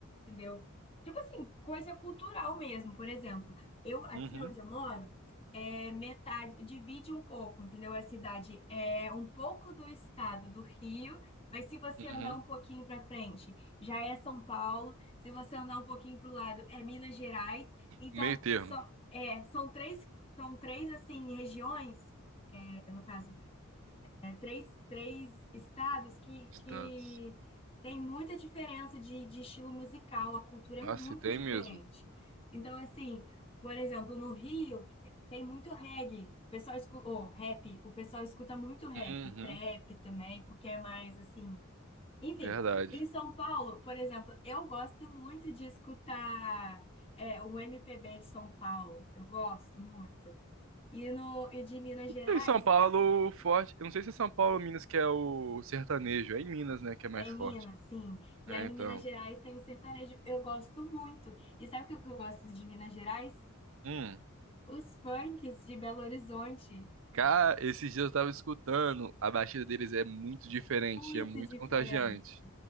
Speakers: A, on the left (about 25°); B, on the right (about 65°).
A: entendeu? Tipo assim, coisa cultural mesmo. Por exemplo, eu aqui
B: Uhum.
A: onde eu moro, é metade, divide um pouco, entendeu? A cidade é um pouco do estado do Rio, mas se você
B: Uhum.
A: andar um pouquinho para frente, já é São Paulo. Se você andar um pouquinho para o lado, é Minas Gerais. Então,
B: Meio termo.
A: são, é, são três, são três assim, regiões, é, no caso, é, três, três estados que,
B: Estados.
A: que tem muita diferença de, de estilo musical, a cultura é
B: Nossa,
A: muito
B: e tem
A: diferente.
B: mesmo.
A: Então, assim, por exemplo, no Rio tem muito reggae, o pessoal escuta, ou rap, o pessoal escuta muito rap,
B: Uhum.
A: trap também, porque é mais assim, enfim,
B: Verdade.
A: em São Paulo, por exemplo, eu gosto muito de escutar é, o MPB de São Paulo. Eu gosto muito. E, no, e de Minas Gerais,
B: Em São Paulo, forte. Eu não sei se é São Paulo ou Minas que é o sertanejo. É em Minas, né, que é mais
A: é em
B: forte.
A: Minas, sim. E
B: É,
A: aí em
B: então.
A: Minas Gerais tem o sertanejo. Eu gosto muito. E sabe o que eu que eu gosto de Minas Gerais?
B: Hum.
A: Os funks de Belo Horizonte.
B: Cara, esses dias eu tava escutando, a batida deles é muito diferente,
A: Muito
B: é muito
A: diferente.
B: contagiante.